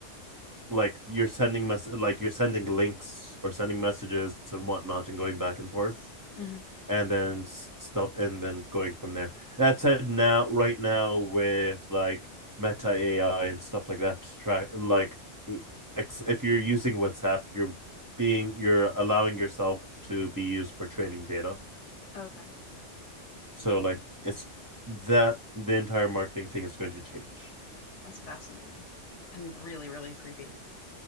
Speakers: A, on the right (about 20°); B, on the left (about 35°).
A: like you're sending mess like you're sending links or sending messages and whatnot and going back and forth
B: hmm
A: and then stuff and then going from there. That said, now right now with like Meta AI and stuff like that, to track like uh, ex- if you're using WhatsApp, you're being you're allowing yourself to be used for training data.
B: Okay,
A: So like it's that the entire marketing thing is going to change.
B: that's fascinating and really, really creepy.